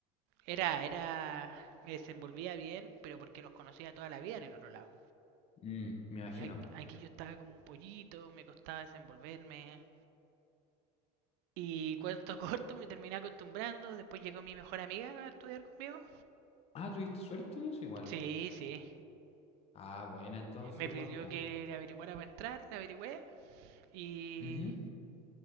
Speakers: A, on the right (about 65°); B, on the left (about 35°).
A: era, era, me desenvolvía bien, pero porque los conocía toda la vida en el otro lado.
B: Mm, me imagino,
A: Y ac-
B: po.
A: aquí yo estaba como un pollito, me costaba desenvolverme. Y cuento <laughs> corto, me terminé acostumbrando, después llegó mi mejor amiga a estudiar conmigo.
B: Ah, tuviste suerte en eso igual.
A: Sí, sí,
B: Ah, buena, entonces
A: me
B: igual,
A: pidió
B: po.
A: que le averiguara para entrar, le averigüé, Y,
B: Ujú.